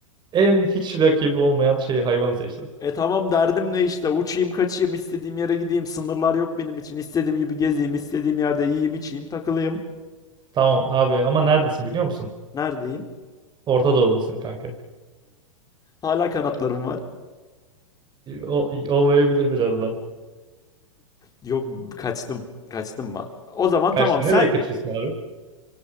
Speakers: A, on the right; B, on the left.
A: en hiç rakibi olmayan şeyi hayvanı seçtin.
B: E tamam derdim ne işte uçayım kaçayım istediğim yere gideyim sınırlar yok benim için istediğim gibi gezeyim istediğim yerde yiyeyim içeyim takılayım.
A: Tamam abi ama neredesin biliyor musun?
B: Neredeyim?
A: Orta Doğu'dasın kanka.
B: Hala kanatlarım var.
A: O, olmayabilir birazdan.
B: Yok kaçtım kaçtım ben. O zaman
A: Kaçtın.
B: tamam sen
A: Nereye kaçıyorsun abi?